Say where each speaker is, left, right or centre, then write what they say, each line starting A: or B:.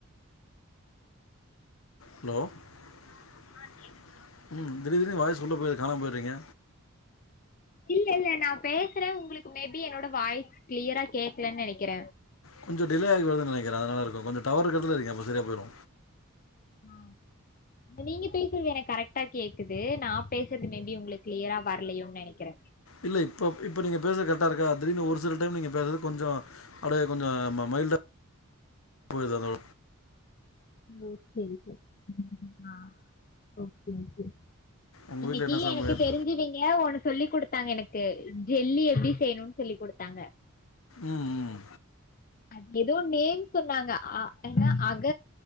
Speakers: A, on the left; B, on the left.
A: ஹலோ ஆ கேக்குதா ம் திடிர் திடிர்னு வாய்ஸ் உள்ள போயிருது கானாம போயிறீங்க
B: இல்ல இல்ல நா பேசுற உங்களுக்கு மேபி என்னோட வாய்ஸ் கிளியரா கேடக்கலன்னு நெனைக்கிற
A: கொஞ்சோ டிலேயாயி வருதுனு நெனக்கிற அதனால இருக்கு கொஞ்சோ டவர் இருக்கிற எடதுல வைங்க அப்ப சரியா போயிடு
B: ஆ நீங்க பேசுறது எனக்கு கரெக்டா கேக்குது நா பேசுறது மேபி உங்களுக்கு கிளியரா வரலையோனு நெனைக்கிறே
A: இல்ல இப்ப இப்ப நீங்க பேசுறது கரெக்ட்டா இருக்கா தீடிர்னு ஒரு சில டைம் நீங்க பேசுறது கொஞ்சோ அப்டே கொஞ்சோ மைல்டா போய்து அதோ
B: ஓகே இது ஆ ஓகே இது
A: உங்கள்
B: இன்னக்கீ
A: வீட்டில் என்ன சமையல்
B: எனக்கு தெரிஞ்சுவீங்க ஒன்னு சொல்லி குடுத் தாங்க எனக்கு ஜெல்லி எப்டி செய்ணுனு சொல்லி குடுத்தாங்க
A: ம் ம்
B: அது எதோ நேம் சொன்னாங்க ஆ எனா அக